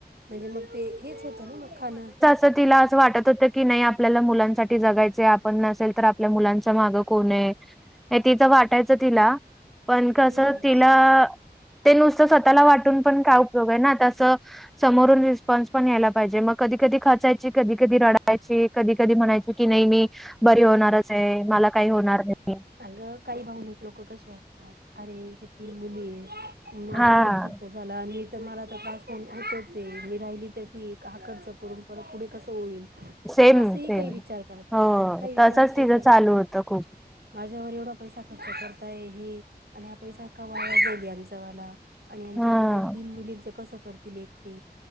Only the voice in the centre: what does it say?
तर तिला असं वाटत होतं की नाही आपल्याला मुलांसाठी जगायच आपण नसेल तर आपल्या मुलांच मागं कोण आहे. नाही तिचं वाटायचं तिला पण कसं
तिला. ते नुसतं स्वतःला वाटून पण काय उपयोग आहे ना, तसं समोरून रिस्पॉन्स पण यायला पाहिजे मग, कधी कधी खचायची कधी कधी रडायची कधी कधी म्हणायची की नाही मी. बरी होणारच आहे, मला काही होणार नाही.
हा
सेम
सेम
हो
तसच
तिचं
चालू होतं खूप
हा